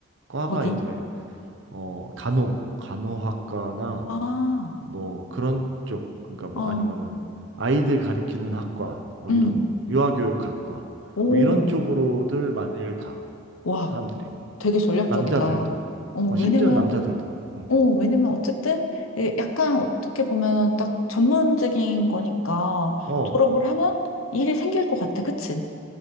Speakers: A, on the right; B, on the left.
A: 과가
B: 어디?
A: 이제, 어, 간호, 간호학과나
B: 아,
A: 뭐 그런 쪽, 그러니까 뭐
B: 아,
A: 아니면은 아이들 가리키는 학과, 뭐
B: 음,
A: 이런, 유아교육학과,
B: 오,
A: 뭐 이런 쪽으로들 많이 가,
B: 와.
A: 사람들이.
B: 되게 전략적이다.
A: 남자들도,
B: 어,
A: 어, 심지어
B: 왜냐면,
A: 남자들도. 음.
B: 어, 왜냐면 어쨌든 예, 약간 어떻게 보면 딱 전문직인 거니까
A: 어,
B: 졸업을 하면 일이 생길 것 같아. 그치?